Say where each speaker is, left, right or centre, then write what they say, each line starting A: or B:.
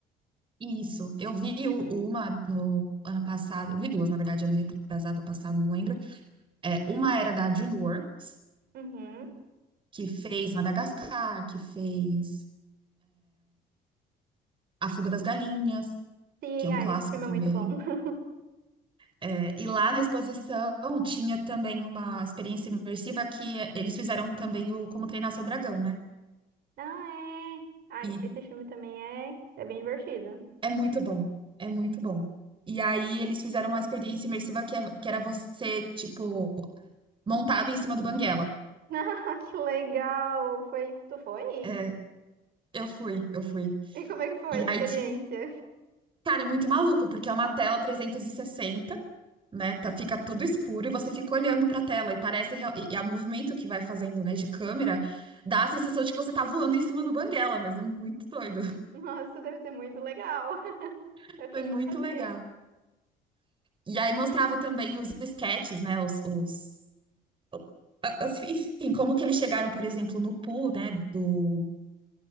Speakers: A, on the right; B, on the right.
A: Isso. Eu vi o- uma no ano passado. eu Vi duas, na verdade, ano retrasado ou passado, não lembro. É, uma era da DreamWorks,
B: Uhum.
A: que fez Madagascar, que fez A Fuga das Galinhas,
B: Sim,
A: que é um
B: ah,
A: clássico
B: esse filme
A: também.
B: é muito bom. <laughs>
A: É, e lá na exposição tinha também uma experiência imersiva que eh, eles fizeram também o Como Treinar Seu Dragão, né?
B: Ah, é. Ai,
A: E
B: esse filme também é, é bem divertido.
A: É muito bom, é muito bom. E aí eles fizeram uma experiência imersiva que, é- que era você, tipo, montado em cima do Banguela.
B: <laughs> Ah, que legal! Foi... Tu foi?
A: É, eu fui, eu fui.
B: E como é que foi
A: E
B: a
A: aí
B: experiência?
A: tinha... Cara, é muito maluco, porque é uma tela 360, né? Tá, fica tudo escuro e você fica olhando pra tela e parece... real- E, e é o movimento que vai fazendo, né, de câmera, dá a sensação de que você tá voando em cima do Banguela mesmo. É muito doido.
B: <laughs> Nossa, deve ser muito legal. <laughs>
A: <laughs>
B: Eu queria
A: Foi muito
B: fazer.
A: legal. E aí mostrava também os esquetes, né? Os, os a- as- Enfim, como que eles chegaram, por exemplo, no Pooh, né, do